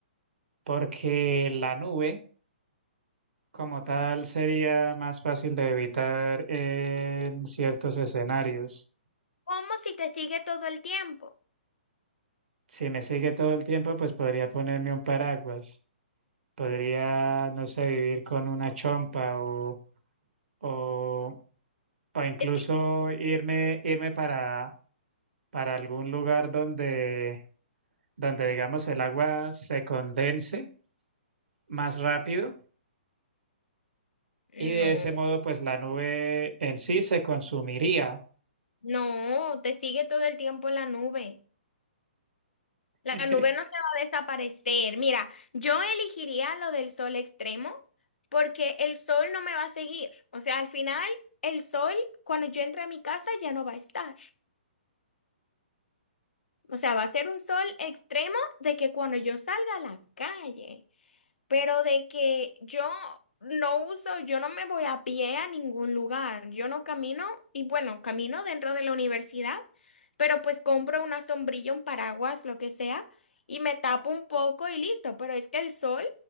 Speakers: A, on the right; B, on the left.
A: porque la nube como tal sería más fácil de evitar en ciertos escenarios.
B: ¿Cómo si te sigue todo el tiempo?
A: Si me sigue todo el tiempo, pues podría ponerme un paraguas. Podría, no sé, vivir con una chompa o, o, o incluso
B: Es que...
A: irme, irme para para algún lugar donde, donde digamos el agua se condense más rápido
B: No.
A: y de ese modo pues la nube en sí se consumiría.
B: No, te sigue todo el tiempo la nube. La
A: <laughs>
B: nube no se va a desaparecer. Mira, yo elegiría lo del sol extremo porque el sol no me va a seguir. O sea, al final, el sol, cuando yo entre a mi casa, ya no va a estar. O sea, va a ser un sol extremo de que cuando yo salga a la calle. Pero de que yo no uso, yo no me voy a pie a ningún lugar. Yo no camino, y bueno, camino dentro de la universidad, pero pues compro una sombrilla, un paraguas, lo que sea, y me tapo un poco y listo. Pero es que el sol,